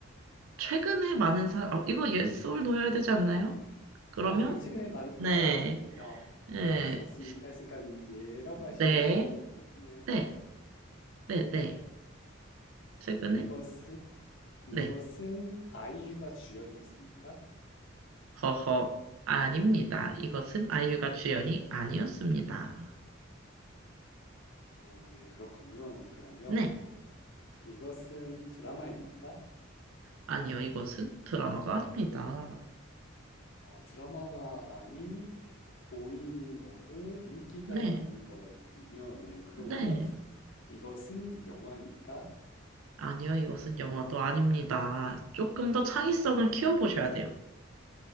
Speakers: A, on the right; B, on the left.
A: 최근에 많은 사람, 어, 이거 yes or no여야 되지 않나요? 그러면
B: 어, 그냥 최근에 많은
A: 네,
B: 사람, 어,
A: 네,
B: 있었습니까? 했으니까, 예라고
A: 네,
B: 하시면, 최근에
A: 네, 네, 네. 최근에
B: 이것은, 이것은
A: 네,
B: 아이유가 주연이었습니까?
A: 허허, 아닙니다. 이것은 아이유가 주연이 아니었습니다.
B: 아, 네, 그렇군요. 그러면,
A: 네.
B: 이것은 드라마입니까?
A: 아니요, 이것은 드라마가 아닙니다.
B: 아, 드라마가 아닌 보이는 거고 인기가
A: 네.
B: 많은 거였군요. 네, 그러면
A: 네.
B: 이것은 영화입니까?
A: 아니요, 이것은 영화도 아닙니다. 조금 더 창의성을 키워보셔야 돼요.